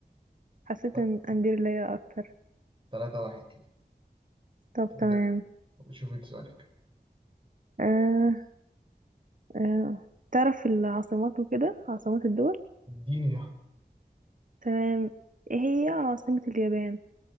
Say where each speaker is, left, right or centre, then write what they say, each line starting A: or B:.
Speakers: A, on the right; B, on the right.
A: حسيت
B: ط-
A: إن أمبير ليا أكتر
B: تلاتة واحد كده
A: طب تمام
B: د- شوف انت سؤالك
A: آه آه تعرف العاصمات وكده عاصمات الدول
B: اديني يا أحمد.
A: تمام إيه هي عاصمة اليابان